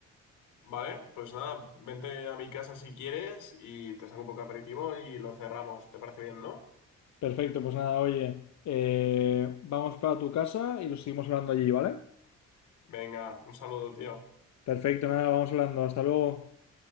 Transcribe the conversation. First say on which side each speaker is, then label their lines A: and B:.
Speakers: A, on the left; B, on the left.
A: Vale, pues nada, vente a mi casa si quieres y te saco un poco de aperitivo y lo cerramos. ¿Te parece bien, no?
B: Perfecto, pues nada, oye, eh, vamos para tu casa y lo seguimos hablando allí, ¿vale?
A: Venga, un saludo, tío.
B: Perfecto, nada, vamos hablando. Hasta luego.